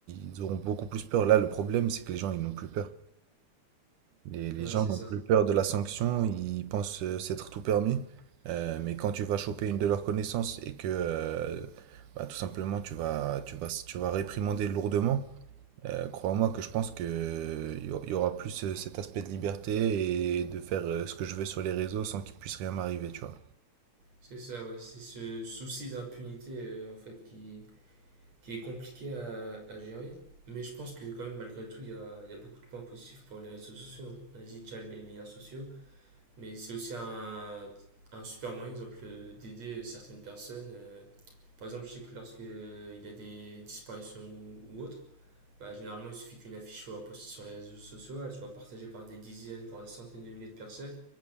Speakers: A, on the right; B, on the right.
A: ils auront beaucoup plus peur. Là, le problème, c'est que les gens, ils n'ont plus peur. Les, les
B: Ouais,
A: gens
B: c'est
A: n'ont
B: ça.
A: plus peur de la sanction, ils pensent euh, s'être tout permis. Euh, mais quand tu vas choper une de leurs connaissances et que, euh, bah, tout simplement, tu vas, tu vas, tu vas réprimander lourdement, euh, crois-moi que je pense que il y au- il y aura plus euh, cet aspect de liberté et de faire euh, ce que je veux sur les réseaux sans qu'il puisse rien m'arriver, tu vois.
B: C'est ça, ouais. C'est ce souci d'impunité, euh, en fait, qui, qui est compliqué à, à gérer. Mais je pense que, quand même, malgré tout, il y a, il y a beaucoup de points positifs pour les réseaux sociaux. Hein. On a dit déjà les liens sociaux. Mais c'est aussi un, un super moyen, exemple, euh, d'aider certaines personnes. euh, par exemple, je sais que lorsque euh, il y a des disparitions ou, ou autres Bah, généralement, il suffit qu'une affiche soit postée sur les réseaux sociaux, elle soit partagée par des dizaines, voire des centaines de milliers de personnes,